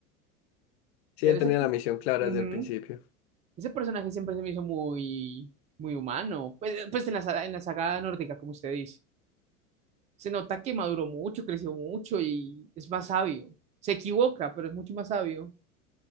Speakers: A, on the left (about 50°); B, on the right (about 20°).
A: Sí,
B: Pero
A: él tenía
B: ese, per-
A: la misión clara
B: ujú,
A: desde el principio.
B: ese personaje siempre se me hizo muy, muy humano. Pues, pues en la, saga- en la saga nórdica, como usted dice, se nota que maduró mucho, creció mucho y es más sabio. Se equivoca, pero es mucho más sabio.